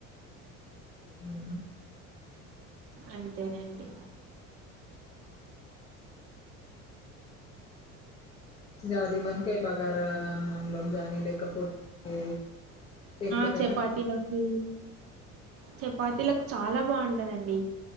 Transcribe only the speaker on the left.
హు
గది వంకాయ బగారా అన్నంలోకి లేకపోతే, దేంట్లోకైనా
తినొచ్చు